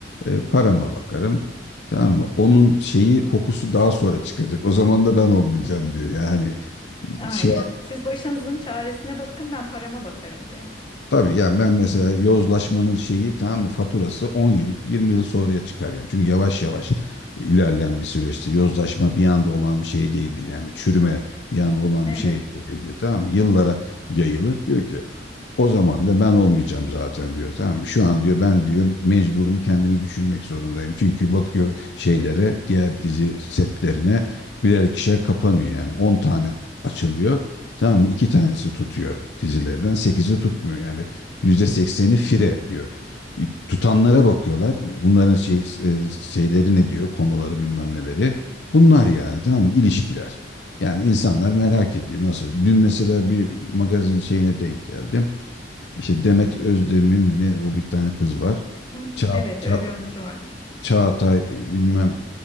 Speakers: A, on the left; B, on the left.
A: e, parama bakarım. Tamam mı? Onun şeyi kokusu daha sonra çıkacak. O zaman da ben olmayacağım diyor. Yani <laughs>
B: Aynen.
A: şu
B: Siz başınızın çaresine bakın ben parama bakarım diyor.
A: Tabii yani ben mesela yozlaşmanın şeyi tamam mı faturası 10 yıl 20 yıl sonraya çıkar yani. Çünkü yavaş yavaş ilerleyen bir süreçti. Yozlaşma bir anda olan bir şey değildi. Yani çürüme bir anda olan
B: Evet.
A: bir şey değildi. Tamam mı? Yıllara yayılır. Diyor ki o zaman da ben olmayacağım zaten diyor. Tamam mı? Şu an diyor ben diyor mecburum kendimi düşünmek zorundayım. Çünkü bakıyor şeylere, diğer dizi setlerine birer ikişer kapanıyor yani. on tane açılıyor. Tamam mı? 2 tanesi tutuyor dizilerden. sekizi tutmuyor yani. %80'i fire diyor. Tutanlara bakıyorlar. Bunların şey e, şeyleri ne diyor? Konuları bilmem neleri. Bunlar yani tamam mı? İlişkiler. Yani insanlar merak ediyor nasıl. Dün mesela bir magazin şeyine denk geldim. İşte Demet Özdemir mi ne o bir tane kız var.
B: Hı,
A: Ça
B: Evet
A: Ça
B: öyle bir oyuncu var.
A: Çağatay bilmem